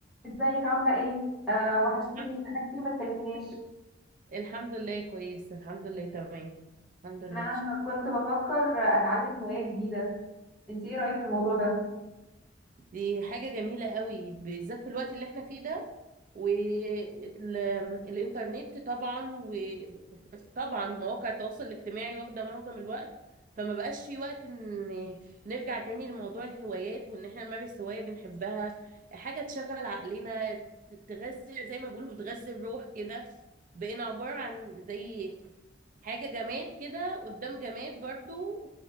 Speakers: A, in the centre; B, on the right (about 45°).
A: ازيك عاملة ايه؟ آه وحشتيني
B: الحمد
A: انا كتير ما اتكلمناش
B: <laughs> الحمد لله كويس الحمد لله تمام الحمد لله
A: انا كنت بفكر اتعلم هواية جديدة انت ايه رأيك في الموضوع ده؟
B: دي حاجة جميلة قوي بالذات في الوقت اللي احنا فيه ده والإنترنت طبعا وطبعا <laughs> مواقع التواصل الاجتماعي واخدة معظم الوقت فما بقاش في وقت ان نرجع تاني لموضوع الهوايات وان احنا نمارس هواية بنحبها حاجة تشغل عقلنا ت- تغذي زي ما بيقولوا بتغذي الروح كده بقينا عبارة عن زي حاجة جماد كده قدام جماد برضو